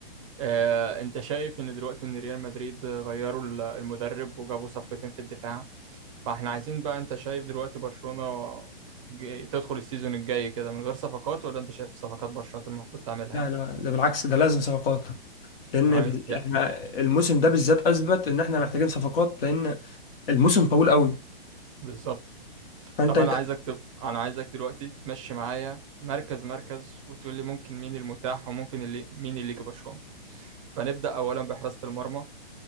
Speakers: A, on the right; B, on the left.
A: آه، أنت شايف إن دلوقتي إن ريال مدريد غيروا ال- المدرب وجابوا صفقتين في الدفاع فإحنا عايزين بقى أنت شايف دلوقتي برشلونة ج- تدخل السيزون الجاي كده من غير صفقات ولا أنت شايف صفقات برشلونة المفروض تعملها
B: لا
A: يعني؟
B: لا ده بالعكس ده لازم صفقات لان
A: أيوه
B: ب-
A: يا
B: احنا الموسم ده بالذات اثبت ان احنا محتاجين صفقات لان الموسم طويل قوي
A: بالظبط
B: فانت
A: طب
B: انت
A: انا عايزك تب... انا عايزك دلوقتي تمشي معايا مركز مركز وتقول لي ممكن مين المتاح وممكن اللي مين اللي يجي برشلونة فنبدأ اولا بحراسة المرمى